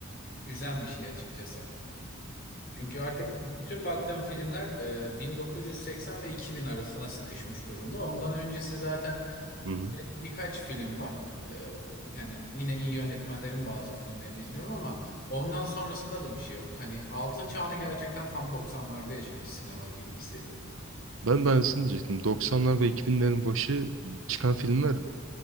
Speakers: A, on the left; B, on the right.
A: üzen bir şey açıkçası. Çünkü artık bütün baktığım filmler e, 1980 ve 2000 arasına sıkışmış durumda. Ondan öncesi zaten
B: Hı hı.
A: Be- Birkaç film var. Ee, yani yine iyi yönetmenlerin bazı filmlerini izliyorum ama ondan sonrasında da bir şey yok. Hani altın çağını gerçekten tam doksanlarda yaşamış sinema gibi hissediyorum.
B: Ben de aynısını diyecektim. 90'lar ve 2000'lerin başı çıkan filmler